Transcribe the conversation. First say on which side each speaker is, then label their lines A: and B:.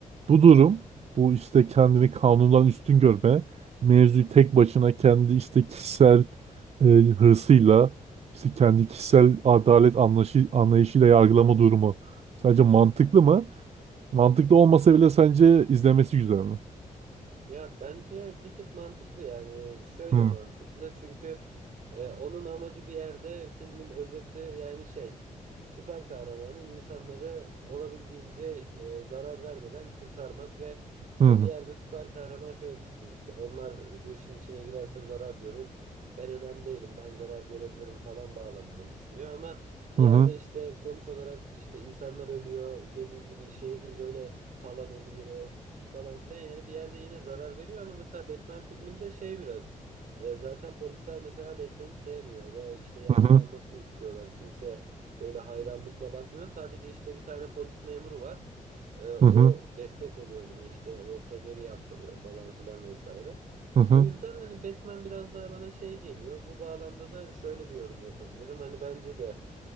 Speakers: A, on the right; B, on the right.
A: bu durum, bu işte kendini kanundan üstün görme, mevzuyu tek başına kendi işte kişisel e, hırsıyla, işte kendi kişisel adalet anlayışı, anlayışıyla yargılama durumu. Sence mantıklı mı? Mantıklı olmasa bile sence izlemesi güzel mi?
B: Ya bence bir tık mantıklı yani şöyle
A: Hı
B: mantıklı çünkü e, onun amacı bir yerde filmin özeti yani şey süper kahramanın insanları olabildiğince e, zarar vermeden kurtarmak ve işte
A: hı hı
B: bir yerde süper kahraman şöyle düşünüyor işte onlar bu işin içine girerse zarar görür ben önemli değilim ben zarar görebilirim falan bağlamında düşünüyor ama bir
A: hı
B: yerde
A: hı
B: işte sonuç olarak işte insanlar ölüyor dediğim gibi şehir böyle talan oluyor falan filan. Yani bir yerde yine zarar veriyor ama mesela Batman filminde şey biraz e, zaten polisler mesela Batman'i sevmiyor ve işte yargılanmasını
A: hı
B: istiyorlar. Kimse böyle hayranlıkla bakmıyor. Sadece işte bir tane polis memuru var. E, o
A: hı hı
B: destek oluyor buna işte o feneri yaptırıyor falan filan vesaire.
A: hı
B: O yüzden hani Batman biraz daha bana şey geliyor. Bu bağlamda da şöyle bir yorum yapabilirim. Hani bence de